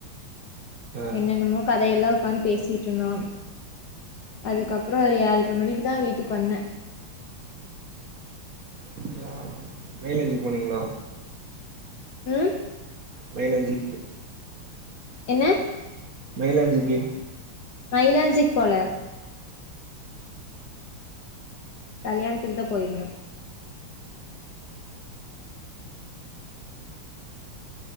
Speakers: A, on the right (about 50°); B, on the left (about 55°).
A: ஆ
B: என்னென்னமோ கதையெல்லா உக்காந்து பேசிட்ருந்தோ அதுக்கப்பற ஒரு ஏழ்ர மணிக்குதா வீட்டுக்கு வந்த
A: அப்டியா வே கே எப் சி போனீங்களோ
B: ம்
A: மைலாஞ்சி
B: என்ன
A: மயிலாஞ்சிக்கு
B: மயிலாசிக்கு போல கல்யாணத்துக்குதா போய்ருந்தோ